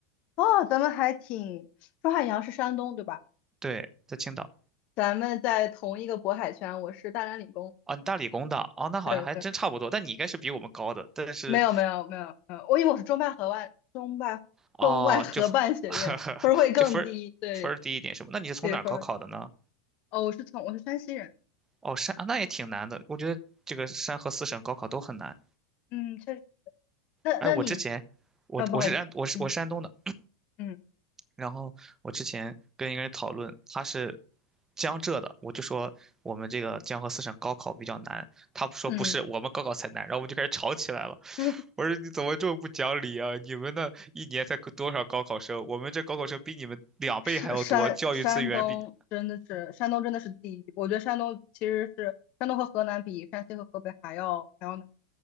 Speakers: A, on the left; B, on the right.
A: 哦，咱们还挺，周汉阳是山东，对吧？
B: 对，在青岛。
A: 咱们在同一个渤海圈，我是大连理工。
B: 啊，你大理工的，哦，那好像还真差不多，
A: 对对，
B: 但你应该是比我们高的，但是，
A: 没有没有没有，嗯，我以为我是中外合办中外中外合办学院，
B: 哦，就，<laughs>
A: 分儿会更低。
B: 就分儿分儿低一点是吗？
A: 对
B: 那你是从哪儿高考的呢？
A: 对，分儿哦，我是从我是山西人。
B: 哦，山啊，那也挺难的，我觉得这个山河四省高考都很难。
A: 嗯，确实。那那你
B: 哎，我之前，我我是安我是我是山东的，
A: 啊，不好意思，嗯嗯。
B: 然后我之前跟一个人讨论，他是江浙的，我就说我们这个江河四省高考比较难，他不说不是，
A: 嗯，
B: 我们高考才难，然后我们就开始吵起来了。
A: <laughs> 就是
B: 我说你怎么这么不讲理啊？你们那一年才多少高考生？我们这高考生比你们两倍还要多，
A: 是山山东真的是山东真的是第一。
B: 教育资源比……
A: 我觉得山东其实是山东和河南比山西和河北还要还要难，